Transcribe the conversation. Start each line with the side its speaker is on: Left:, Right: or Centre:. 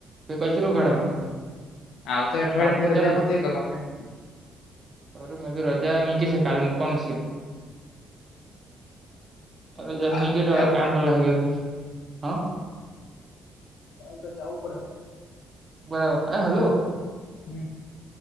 Right: કે કચરો
Left: હમ
Right: કાઢવાનું.
Left: આવતે અઠવાડિયા
Right: કામ
Left: ની
Right: તો ચાલુ
Left: રજામાં
Right: જ!
Left: તે કરવાનું એમ
Right: આજે રજા મેકી સ, કાલે મૂકવાનું સે. રજા
Left: કાલે
Right: મૂઈકી, તો
Left: જવું
Right: હવે કામ
Left: પડે
Right: કરલા
Left: મારે
Right: હૈગ્યો,
Left: તો.
Right: હ?
Left: કાલ તો જવું પડહે.
Right: બરાબર. એ હલો?
Left: હમ્મ